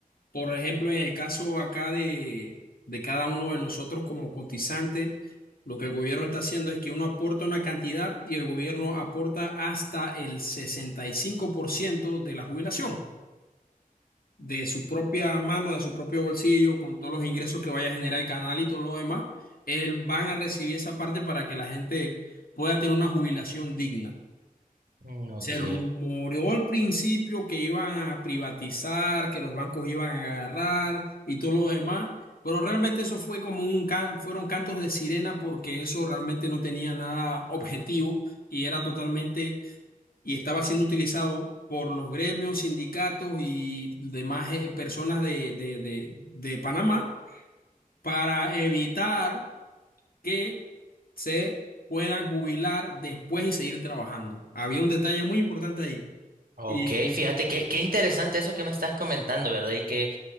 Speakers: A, on the left; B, on the right.
A: Por ejemplo, en el caso acá de, de cada uno de nosotros como cotizante, lo que el gobierno está haciendo es que uno aporta una cantidad y el gobierno aporta hasta el 65% de la jubilación. de su propia mano, de su propio bolsillo, con todos los ingresos que vaya a generar el canal y todo lo demás, él van a recibir esa parte para que la gente pueda tener una jubilación digna.
B: Mm, Ok,
A: Se rumoreó al principio que iban a privatizar, que los bancos iban a agarrar y todo lo demás, pero realmente eso fue como un can- fueron cantos de sirena porque eso realmente no tenía nada objetivo y era totalmente y estaba siendo utilizado por los gremios, sindicatos y demás eh, personas de, de, de, de Panamá para evitar que se puedan jubilar después y seguir trabajando. Había un detalle muy importante ahí.
B: ok,
A: Y
B: fíjate que qué interesante eso que me estás comentando, ¿verdad? Y que